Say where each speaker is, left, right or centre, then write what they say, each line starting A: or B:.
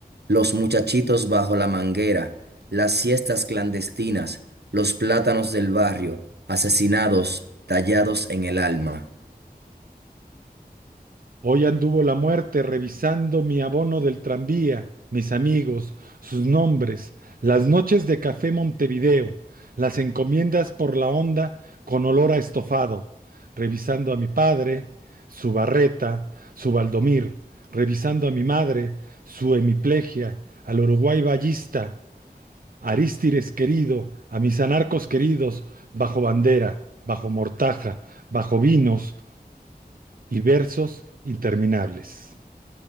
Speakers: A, on the right (about 85°); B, on the right (about 60°).
A: los muchachitos bajo la manguera, las siestas clandestinas, los plátanos del barrio, asesinados, tallados en el alma.
B: Hoy anduvo la muerte revisando mi abono del tranvía, mis amigos, sus nombres, las noches de café Montevideo, las encomiendas por la onda con olor a estofado, revisando a mi padre, su barreta, su Valdomir, revisando a mi madre, su hemiplegia, al Uruguay Ballista, Arístides querido, a mis anarcos queridos, bajo bandera, bajo mortaja, bajo vinos y versos interminables.